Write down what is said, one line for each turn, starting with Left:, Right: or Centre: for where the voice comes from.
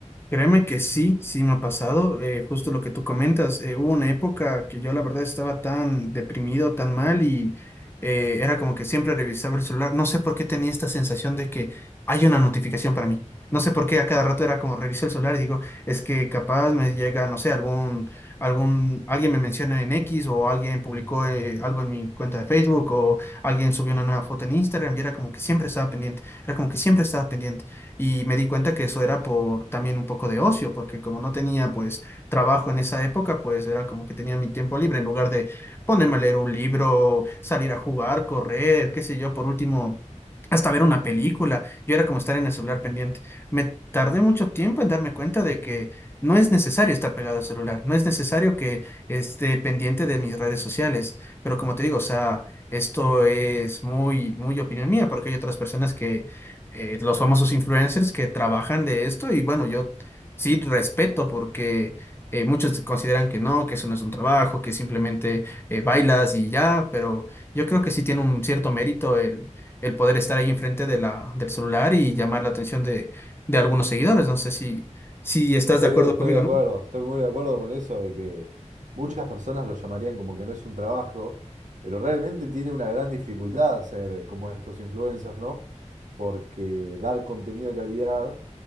Left: Créeme que sí, sí me ha pasado, eh, justo lo que tú comentas, eh, hubo una época que yo la verdad estaba tan deprimido, tan mal y eh, era como que siempre revisaba el celular, no sé por qué tenía esta sensación de que hay una notificación para mí, no sé por qué a cada rato era como reviso el celular y digo, es que capaz me llega, no sé, algún, algún, alguien me menciona en X o alguien publicó eh, algo en mi cuenta de Facebook o alguien subió una nueva foto en Instagram y era como que siempre estaba pendiente, era como que siempre estaba pendiente y me di cuenta que eso era por también un poco de ocio, porque como no tenía pues trabajo en esa época, pues era como que tenía mi tiempo libre en lugar de ponerme a leer un libro, salir a jugar, correr, qué sé yo, por último, hasta ver una película. Yo era como estar en el celular pendiente. Me tardé mucho tiempo en darme cuenta de que no es necesario estar pegado al celular, no es necesario que esté pendiente de mis redes sociales, pero como te digo, o sea... Esto es muy, muy opinión mía, porque hay otras personas que eh, los famosos influencers que trabajan de esto y bueno, yo sí respeto porque eh, muchos consideran que no, que eso no es un trabajo, que simplemente eh, bailas y ya, pero yo creo que sí tiene un cierto mérito el, el poder estar ahí enfrente de la, del celular y llamar la atención de, de algunos seguidores. No sé si, si estás de
Right: Sí,
Left: acuerdo
Right: estoy
Left: conmigo,
Right: de acuerdo,
Left: ¿no?
Right: estoy muy de acuerdo con eso de que muchas personas lo llamarían como que no es un trabajo, pero realmente tiene una gran dificultad ser como estos influencers, ¿no? Porque dar contenido de calidad,